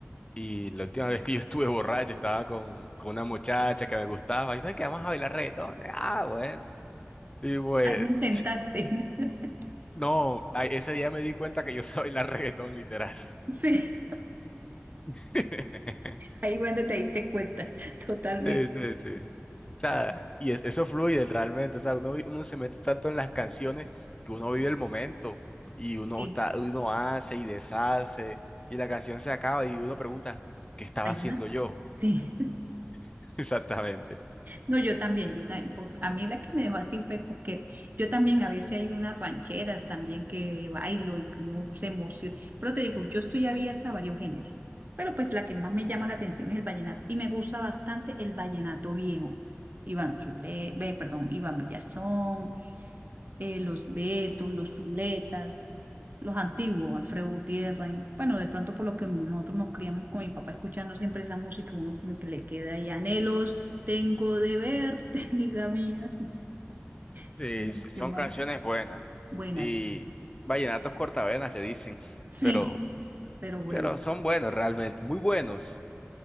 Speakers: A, on the left (about 20°); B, on the right (about 45°).
A: Y la última vez que yo estuve borracho estaba con, con una muchacha que me gustaba y no, que vamos a bailar reggaetón. Ah, bueno. Y pues,
B: Ahí intentaste.
A: <laughs>
B: <laughs>
A: no, ay, ese día me di cuenta que yo sabía bailar reggaetón literal.
B: Sí,
A: <laughs>
B: ahí cuando te diste cuenta, totalmente.
A: Sí, sí, sí. O sea,
B: Ah,
A: y es- eso fluye realmente. O sea, uno, vi- uno se mete tanto en las canciones que uno vive el momento y uno
B: sí.
A: está, uno hace y deshace y la canción se acaba y uno pregunta, ¿qué estaba
B: ¿Hay
A: haciendo
B: más?
A: yo?
B: Sí.
A: <laughs> Exactamente.
B: No, yo también, yo también, por- a mí la que me dejó así fue coquete. Yo también a veces hay unas rancheras también que bailo y que uno se emociona. Pero te digo, yo estoy abierta a varios géneros. Pero pues la que más me llama la atención es el vallenato. Y me gusta bastante el vallenato viejo. Iván Zule, ve, perdón, Iván Villazón, eh, los Betos, los Zuletas, los antiguos, Alfredo Gutiérrez. Bueno, de pronto por lo que nosotros nos criamos con mi papá escuchando siempre esa música, uno como que le queda ahí anhelos, tengo de verte, <laughs> vida mía. Es
A: Sí,
B: como
A: s-
B: lo
A: son
B: que más.
A: canciones buenas.
B: Buenas.
A: Y vallenatos cortavenas le dicen,
B: Sí,
A: pero,
B: pero buenas.
A: pero son buenos realmente, muy buenos.